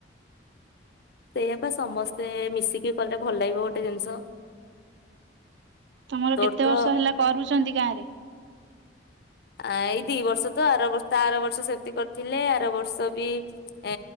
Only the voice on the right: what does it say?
ତମର
କେତେ
ବର୍ଷ ହେଲା କରୁଛ? ଛନ୍ତି ଗାଁ ରେ